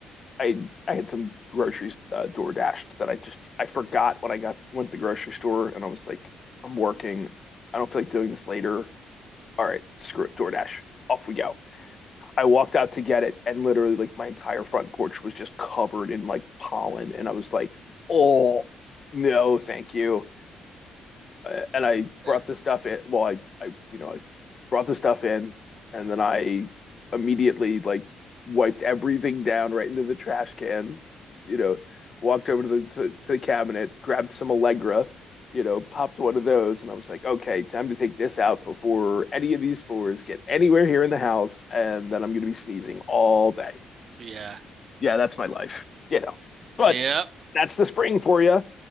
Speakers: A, on the left; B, on the right.
A: I I had some groceries uh, door dashed that I just I forgot when I got went to the grocery store and I was like, I'm working. I don't feel like doing this later. All right, screw it, DoorDash. Off we go. I walked out to get it, and literally, like, my entire front porch was just covered in like pollen. And I was like, oh, no, thank you uh, and I brought
B: Yeah.
A: the stuff in. Well, I, I, you know, I brought the stuff in, and then I immediately like wiped everything down right into the trash can. You know, walked over to the to, to the cabinet, grabbed some Allegra, you know, popped one of those, and I was like, okay, time to take this out before any of these spores get anywhere here in the house, and then I'm gonna be sneezing all day.
B: Yeah.
A: Yeah, that's my life, you know. But
B: Yep.
A: that's the spring for you